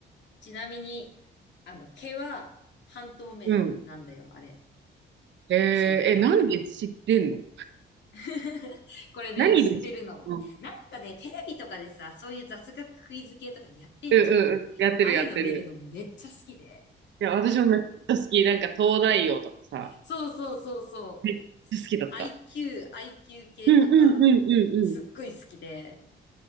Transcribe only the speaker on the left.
ちなみに、あの、毛は半透明なんだよ、
あれ。
白熊。
<laughs> これね、
知ってるの。なんかね、テレビとかでさ、そういう雑学クイズ系とかやってんじゃん。
あ
あいうの見るのめっちゃ好きで。
そうそうそうそう。
IQ、IQ 系とか、
すっごい好きで、